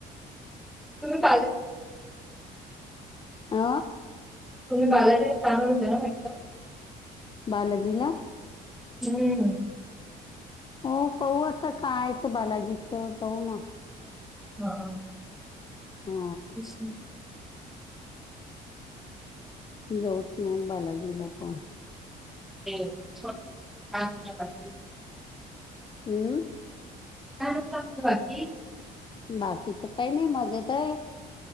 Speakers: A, in the centre; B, on the left.
A: तुम्ही पा
B: आ
A: तुम्ही बालाजी थान होता ना मात
B: बालाजिला
A: हम्म
B: हो पाहू आता काय तर बालाजीचं जाऊ ना
A: हां
B: हा
A: त
B: जाऊत ना बालाजीला पण
A: <inaudible>
B: हम्म
A: काय म्हणतं असती बाकी
B: बाकी तर काही नाही मजेत आहे